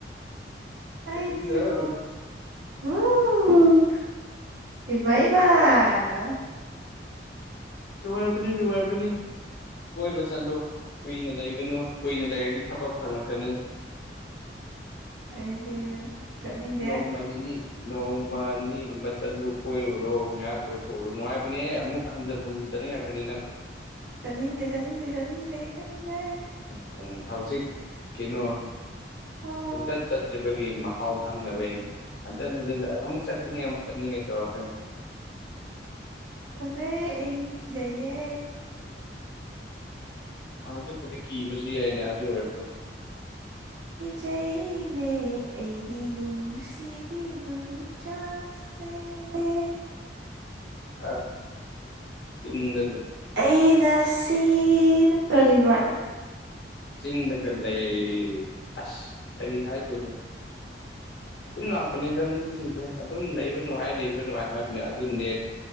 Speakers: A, on the right (about 75°); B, on the left (about 65°).
A: ꯑꯩꯁꯤꯕꯨ
B: ꯆꯠꯅꯤꯡꯗ꯭ꯔꯣ
A: ꯑꯣ ꯏꯕꯏ ꯃꯥꯗ
B: ꯅꯨꯡꯉꯥꯏꯕꯅꯤ ꯅꯨꯡꯉꯥꯏꯕꯅꯤ ꯀꯣꯏꯕ ꯆꯠꯂꯨ ꯀꯨꯏꯅ ꯂꯩꯒꯅꯨ ꯀꯨꯏꯅ ꯂꯩꯔꯗꯤ ꯊꯕꯛ ꯐꯪꯉꯛꯀꯅꯤ
A: ꯑꯩꯗꯤ ꯆꯠꯅꯤꯡꯗꯦ
B: ꯅꯣꯡꯃ ꯅꯤꯅꯤ ꯅꯣꯡꯃ ꯑꯅꯤꯒꯨꯝꯕ ꯆꯠꯂꯨ ꯀꯣꯏꯔꯨꯔꯣ ꯉꯥꯏꯍꯥꯛ ꯀꯣꯏꯊꯣꯛꯎꯨꯔꯣ ꯅꯨꯡꯉꯥꯏꯕꯅꯦ ꯑꯃꯨꯛ ꯍꯟꯖꯤꯟ ꯍꯟꯖꯤꯟ ꯆꯅ ꯌꯥ ꯀꯅꯤꯅ
A: ꯆꯠꯅꯤꯡꯗꯦ ꯆꯠꯅꯤꯡꯗꯦ ꯆꯥꯅꯤꯡꯗꯦ ꯆꯠꯅꯤꯡꯗꯦ
B: ꯎꯝ ꯎꯝ ꯍꯧꯖꯤꯛ ꯀꯩꯅꯣ
A: ꯑꯣ
B: ꯁꯨꯡꯆꯠ ꯆꯠꯇ꯭ꯔꯤꯕꯒꯤ ꯍꯥꯎ ꯊꯪꯗꯕꯩ ꯍꯟꯇꯅ ꯑꯃꯨꯛ ꯆꯠꯅꯤꯡꯉꯦ ꯑꯃꯨꯛ ꯆꯠꯅꯤꯡꯉꯦ ꯇꯧꯔꯛꯀꯅꯤ
A: ꯇꯦ ꯑꯩ ꯀꯖꯌꯦ
B: ꯑꯗ ꯀꯗꯤ ꯀꯕꯨꯁꯨ ꯌꯥꯏꯅꯦ ꯑꯗ ꯑꯣꯏꯔꯁꯨꯣ
A: ꯖꯩꯅꯦ ꯑꯩꯗꯤ ꯅꯨꯡꯁꯤ ꯃꯩ ꯆꯥꯛ ꯁꯤ <unintelligible>
B: ꯆ ꯂꯩ
A: ꯑꯩꯅ ꯁꯤꯅ ꯀꯔꯤꯕ
B: ꯆꯤꯡ ꯅꯒꯔ ꯂꯩ ꯑꯁ ꯀꯔꯤ ꯍꯥꯏ ꯇꯨ ꯑꯗꯨꯝ ꯂꯥꯛꯄꯅꯦꯗ ꯃꯤꯁꯤꯡꯁꯦ ꯑꯗꯨꯝ ꯂꯩꯕ ꯅꯨꯡꯉꯥꯏ ꯂꯩꯕ ꯅꯨꯡꯉꯥꯏ ꯍꯥꯏꯕꯅꯦ ꯑꯗꯨ ꯅꯠ